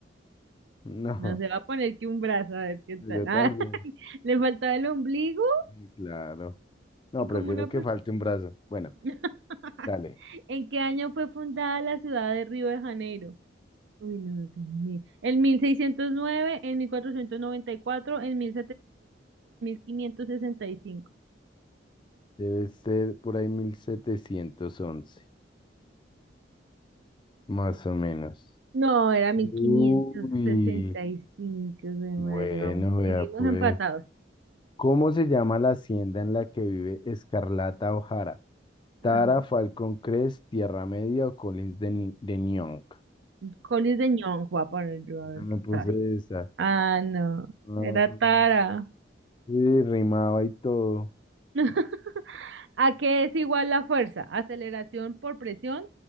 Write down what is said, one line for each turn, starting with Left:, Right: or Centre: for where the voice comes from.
Left: <laughs> No,
Right: No se va a poner que un brazo, a ver qué tal.
Left: yo también.
Right: Ah, <laughs> le faltaba el ombligo
Left: Mm, Claro. No,
Right: y como
Left: prefiero
Right: una persona.
Left: que falte un brazo. Bueno,
Right: <laughs>
Left: dale.
Right: ¿En qué año fue fundada la ciudad de Río de Janeiro? Uy, no, no tengo ni idea. En 1609, en 1494, en mil quinientos sesenta y cinco
Left: Debe ser por ahí 1711 más o menos.
Right: No, era
Left: Uy,
Right: 1565 de madre.
Left: bueno,
Right: Vamos,
Left: vea
Right: seguimos
Left: pues.
Right: empatados.
Left: ¿Cómo se llama la hacienda en la que vive Escarlata O'Hara? Tara,
Right: Ay,
Left: Falcón Crest, Tierra Media o Collins de, Ni- de Nyong?
Right: Colis de Ñong, voy a poner yo
Left: Yo
Right: a ver
Left: también
Right: qué
Left: puse
Right: trae.
Left: esa.
Right: Ah, no,
Left: Ah,
Right: era Tara.
Left: sí, rimaba y todo.
Right: <laughs> ¿A qué es igual la fuerza? Aceleración por presión,